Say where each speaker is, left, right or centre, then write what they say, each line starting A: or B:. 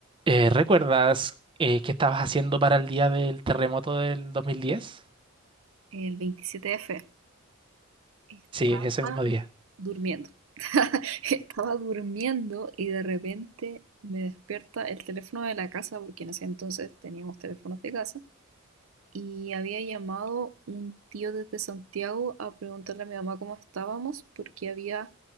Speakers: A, on the right (about 25°); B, on the right (about 70°).
A: Eh, ¿recuerdas eh, qué estabas haciendo para el día del terremoto del 2010?
B: el 27F. Estaba
A: Sí, ese mismo día.
B: durmiendo. <laughs> Estaba durmiendo y de repente me despierta el teléfono de la casa, porque en ese entonces teníamos teléfonos de casa, y había llamado un tío desde Santiago a preguntarle a mi mamá cómo estábamos, porque había